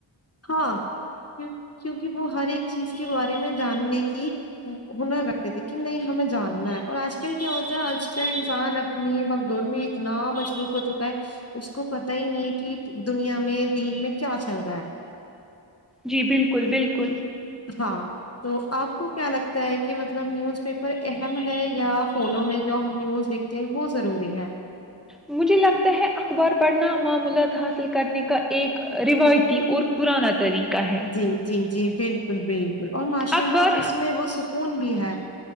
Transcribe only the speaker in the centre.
جی بالکل بالکل
مجھے لگتا ہے اخبار پڑھنا معمولات حاصل کرنے کا ایک روایتی اور پرانا طریقہ ہے
اخبار